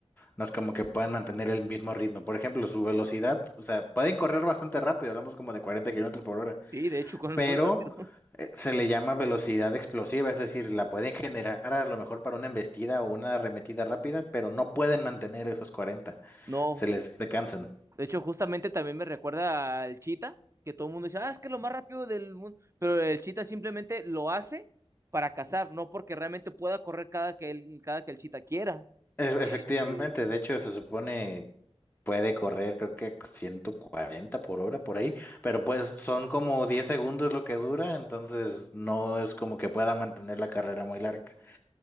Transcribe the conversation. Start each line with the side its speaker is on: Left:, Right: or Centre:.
Left: No es como que puedan mantener el mismo ritmo. Por ejemplo, su velocidad, o sea, pueden correr bastante rápido, hablamos como de 40 kilómetros por hora,
Right: Sí, de hecho, corren
Left: pero
Right: muy rápido.
Left: eh, se le llama velocidad explosiva, es decir, la pueden generar a lo mejor para una embestida o una arremetida rápida, pero no pueden mantener esos 40,
Right: No,
Left: se les se cansan.
Right: de hecho, justamente también me recuerda al Cheetah, que todo el mundo dice, ah, es que es lo más rápido del mundo, pero el Cheetah simplemente lo hace para cazar, no porque realmente pueda correr cada que el, cada que el Cheetah quiera.
Left: E- efectivamente,
Right: Eh,
Left: de hecho, se supone puede correr, creo que 140 por hora por ahí, pero pues son como 10 segundos lo que dura, entonces no es como que pueda mantener la carrera muy larga.